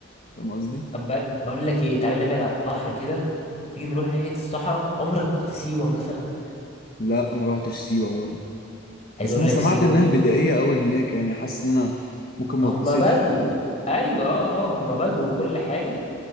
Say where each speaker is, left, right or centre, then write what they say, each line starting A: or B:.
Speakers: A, on the left; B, on the left.
A: فاهم قصدي
B: طب بل- بقول لك ايه تعالى نبعد عن البحر كده تيجي نروح ناحية الصحراء عمرك رحت سيوة مثلا
A: لا ما روحتش سيوه برضه
B: عايز
A: بس
B: اقول
A: انا
B: لك
A: سمعت
B: سيوة
A: انها
B: دي
A: بدائيه قوي هناك يعني حاسس ان انا ممكن ما
B: هم
A: اتبسطش
B: بدو ايوه اه اه هم بدو وكل حاجة